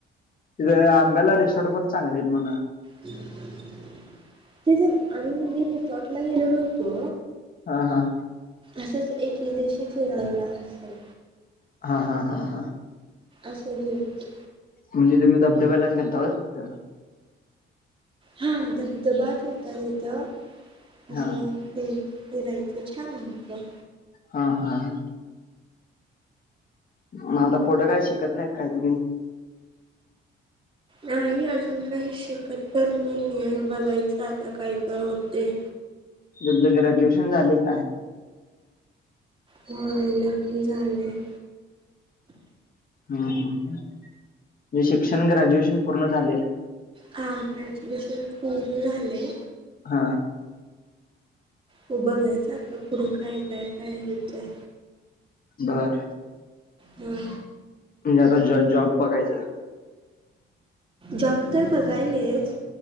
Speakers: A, on the left; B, on the right.
A: इथे आंब्याला रिसॉर्ट पण चांगली हाईत म्हण.
B: तेज आम्हीे कणी रिसॉर्टला गेलो नव्हतो.
A: हा हा.
B: असंच एके दिवशी फिरायला अस.
A: हा हा हा हा.
B: असं गेलतो.
A: म्हणजे तुम्ही धब्यालाच गेलता व्हय फक्त.
B: हा धबधबाच होता तिथ, अस
A: हा
B: ते. फिरायच छान होत.
A: हा हा हा. म आता पुढं काय शिकत नाही काय तुम्ही?
B: नाही अजून काही शिकत तर नाहीये बघायचं आता काय काय होतय.
A: तुमच ग्रॅज्युएशन झालय का काय?
B: होय लग्न झालय.
A: हम् हम, म्हणजे शिक्षण ग्रॅज्युएशन पूर्ण झालय.
B: हा ग्रॅज्युएशन पूर्ण झालय.
A: हा.
B: बघायचा आता पुढं काय काय काय होतंय.
A: बर.
B: हम्म.
A: म्हणजे आता ज जॉब बघायचं.
B: जॉब तर बघायलेच,